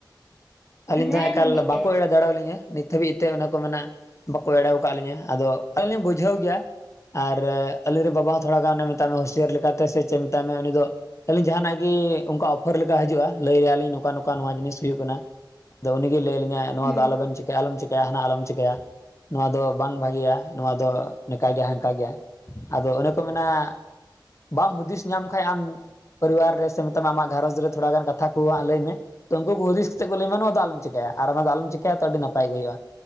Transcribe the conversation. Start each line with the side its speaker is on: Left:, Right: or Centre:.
Centre: ᱠᱟᱱᱟ
Left: ᱟᱹᱞᱤᱧ
Centre: ᱦᱮᱸ
Left: ᱫᱚ ᱦᱟᱸᱜ ᱮᱠᱟᱞ
Centre: ᱴᱷᱤᱠ ᱜᱮᱭᱟ
Left: ᱵᱟᱠᱚ ᱮᱲᱮ ᱫᱟᱲᱮᱣ ᱟᱹᱞᱤᱧᱟ ᱱᱤᱛ ᱦᱟᱹᱵᱤᱡ ᱛᱮ ᱚᱱᱟ ᱠᱚ ᱢᱮᱱᱟ ᱵᱟᱠᱚ ᱮᱲᱮᱣ ᱠᱟᱜ ᱞᱤᱧᱟᱹ ᱟᱫᱚ ᱟᱹᱞᱤᱧ ᱞᱤᱧ ᱵᱩᱡᱷᱟᱹᱣ ᱜᱮᱭᱟ᱾ ᱟᱨ ᱟᱹᱞᱤᱧᱨᱮ ᱵᱟᱵᱟ ᱦᱚᱸ ᱛᱷᱚᱲᱟ ᱜᱟᱱ ᱮ ᱢᱮᱛᱟ ᱢᱮ ᱦᱩᱥᱭᱟᱹᱨ ᱞᱮᱠᱟᱛᱮ ᱥᱮ ᱪᱮᱫ ᱢᱮᱛᱟᱭ ᱢᱮ ᱩᱱᱤ ᱫᱚ ᱟᱹᱞᱤᱧ ᱡᱟᱦᱟᱸᱱᱟᱜ ᱜᱤ ᱚᱝᱠᱟ ᱚᱯᱷᱚᱨ ᱞᱮᱠᱟ ᱦᱤᱡᱩᱜᱼᱟ ᱞᱟᱹᱭ ᱟᱭᱟᱞᱤᱧ ᱱᱚᱝᱠᱟ ᱱᱚᱝᱠᱟ ᱱᱚᱣᱟ ᱡᱤᱱᱤᱥ ᱦᱩᱭᱩᱜ ᱠᱟᱱᱟ ᱟᱫᱚ ᱩᱱᱤᱜᱮ ᱞᱟᱹᱭ ᱟᱞᱤᱧᱟᱭ ᱱᱚᱣᱟ
Centre: ᱦᱩᱸ
Left: ᱫᱚ ᱟᱞᱚᱵᱮᱱ ᱪᱤᱠᱟᱹᱭᱟ ᱟᱞᱚᱢ ᱪᱤᱠᱟᱹᱭᱟ ᱦᱟᱱᱟ ᱟᱞᱚᱢ ᱪᱤᱠᱟᱹᱭᱟ ᱱᱚᱣᱟ ᱫᱚ ᱵᱟᱝ ᱵᱷᱟᱜᱤᱭᱟ ᱱᱚᱣᱟ ᱫᱚ ᱱᱤᱠᱟᱭ ᱜᱮᱭᱟ ᱦᱟᱱᱠᱟᱭ ᱜᱮᱭᱟ ᱟᱫᱚ ᱚᱱᱮ ᱠᱚ ᱢᱮᱱᱟ ᱵᱟᱢ ᱦᱩᱫᱤᱥ ᱧᱟᱢ ᱠᱷᱟᱡ ᱟᱢ ᱯᱚᱨᱤᱵᱟᱨ ᱨᱮ ᱥᱮ ᱟᱢᱟᱜ ᱜᱷᱟᱨᱚᱡᱽ ᱨᱮ ᱛᱷᱚᱲᱟ ᱜᱟᱱ ᱠᱟᱛᱷᱟ ᱠᱩ ᱦᱟᱸᱜ ᱞᱟᱹᱭ ᱢᱮ ᱛᱚ ᱩᱱᱠᱩ ᱦᱩᱫᱤᱥ ᱠᱟᱛᱮ ᱠᱚ ᱞᱟᱹᱭᱟᱢᱟ ᱱᱚᱣᱟ ᱫᱚ ᱟᱞᱚᱢ ᱪᱮᱸᱠᱟᱭᱟ ᱟᱨ ᱚᱱᱟ ᱫᱚ ᱟᱞᱚᱢ ᱪᱮᱠᱟᱭᱟ ᱛᱚ ᱟᱹᱰᱤ ᱱᱟᱯᱟᱭ ᱜᱮ ᱦᱩᱭᱩᱜᱼᱟ᱾